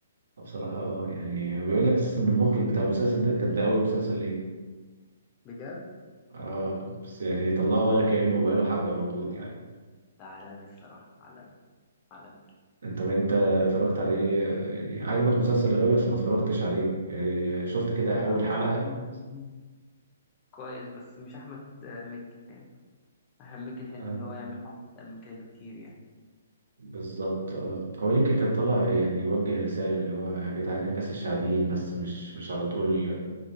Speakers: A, on the right; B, on the left.
A: بصراحة اه يعني بيقول لك اساسا ان المخرج بتاع المسلسل ده كان ده اول مسلسل ليه
B: بجد
A: اه بس يعني طلعه ولا كأنه بقاله حبة موجود يعني
B: ده عالمي الصراحة عالمي عالمي
A: انت انت اتفرجت عليه يعني عجبك مسلسل الغاوي بس ما اتفرجتش عليه يعني شفت كده
B: يعني
A: اول حلقة
B: كويس بس مش احمد مكي فاهم احمد مكي تحس
A: اه
B: ان هو يعمل حاجات اتقل من كده بكتير يعني
A: بالظبط اه هو يمكن كان طالع يعني يوجه رسالة اللي هو يا جدعان الناس الشعبيين بس مش مش على طول